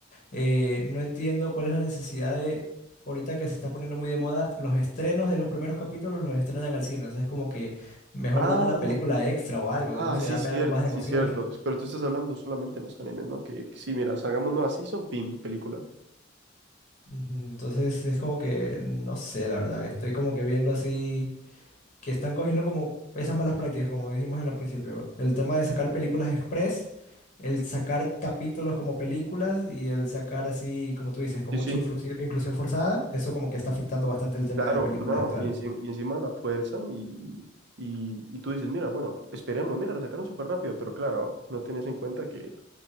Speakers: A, on the left; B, on the right.
A: eh, no entiendo cuál es la necesidad de, ahorita que se está poniendo muy de moda, los estrenos de los primeros capítulos los estrenan al cine. O sea, es como que mejor
B: Ah,
A: dame una película extra o algo,
B: ah,
A: no sé,
B: sí,
A: dame
B: cierto,
A: algo más de
B: sí,
A: emoción.
B: cierto.
A: <laughs>
B: Pero tú estás hablando solamente en los animes, ¿no? Que, que sí, mira, hagamos nueva season, pim, película.
A: Ujú, Entonces es como que, no sé, la verdad, estoy como que viendo así. que están cogiendo como esas malas prácticas, como dijimos en el principio. El tema de sacar películas express, el sacar capítulos como películas y el sacar así, como tú dices, con
B: Sí,
A: mucha
B: sí,
A: influsi- inclusión forzada, eso como que está afectando bastante el tema
B: claro,
A: de las películas
B: no,
A: actual.
B: y encima, y encima la fuerzan y, y, y tú dices, mira, bueno, esperemos, mira, la sacaron súper rápido, pero claro, no tienes en cuenta que